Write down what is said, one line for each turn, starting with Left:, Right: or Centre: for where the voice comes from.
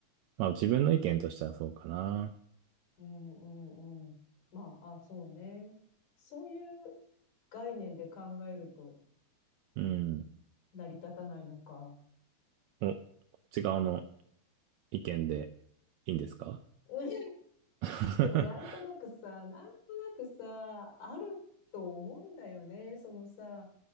Right: まあ、自分の意見としてはそうかな。
Left: うんうんうん。まあ、あ、そうね。そういう概念で考えると
Right: うん。
Left: 成り立たないのか。
Right: お、こっち側の意見でいいんですか
Left: <laughs> うん
Right: <laughs>
Left: でもなんとなくさ、なんとなくさ、あると思うんだよね。そのさ、